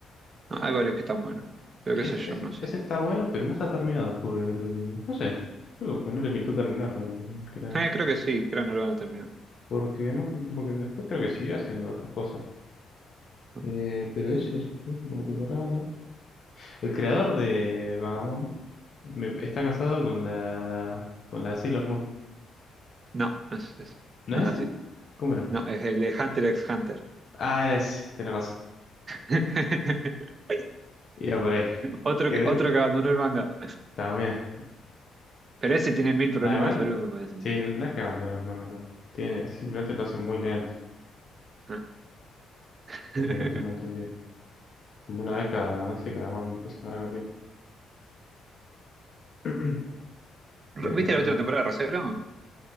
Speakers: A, on the right (about 40°); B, on the left (about 50°).
A: No, hay varios que están buenos. Pero
B: Ese,
A: qué sé yo,
B: ese-
A: no sé.
B: ese está bueno, pero no está terminado. Porque el. No sé. Creo que no le pintó terminarlo al creador.
A: Eh, creo que sí, creo que no lo van a terminar.
B: Porque, más que- porque después creo que siguió haciendo otras cosas.
A: No,
B: Eh, pero ese simplemente como que lo re abandonó. El creador de Vagabond me- está casado con la. con la Sailor Moon.
A: no no es eso.
B: ¿No
A: No
B: es
A: es así.
B: ese? ¿Cómo era?
A: No, es el de Hunter x Hunter.
B: Ah, era ese, tenés razón.
A: <laughs>
B: Iba por ahí.
A: Otro
B: Quedé
A: que, otro que abandonó el manga.
B: también.
A: Pero ese tiene mil problemas
B: Nada, igual,
A: de salud, me parece.
B: sí, no, no es que abandonen el manga, igual. Tiene, simplemente lo hacen muy lento,
A: Ah. <laughs>
B: por lo que tengo entendido. Como una vez cada, no sé, cada cuánto sacará capítulo. <clears throat> Pero
A: ¿Viste
B: no,
A: la última temporada de Rosero?